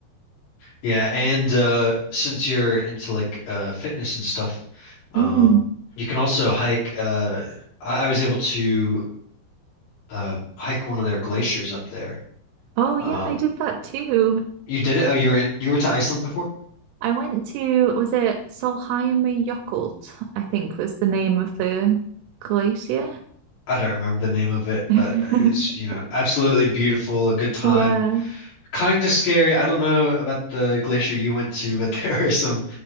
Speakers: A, on the left (about 80°); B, on the right (about 85°).
A: Yeah, and uh since you're into like uh fitness and stuff, um
B: Mm.
A: you can also hike uh I, I was able to uh hike one of their glaciers up there.
B: Oh yeah,
A: Um
B: I did that too.
A: you did it? Oh, you were in, you were to Iceland before?
B: I went to, was it Sólheimajökull, I think was the name of the glacier.
A: I don't remember the name of it,
B: <laughs>
A: but it's, you know, absolutely beautiful, a good time.
B: Yeah.
A: Kind of scary. I don't know about the glacier you went to, but <laughs> there are some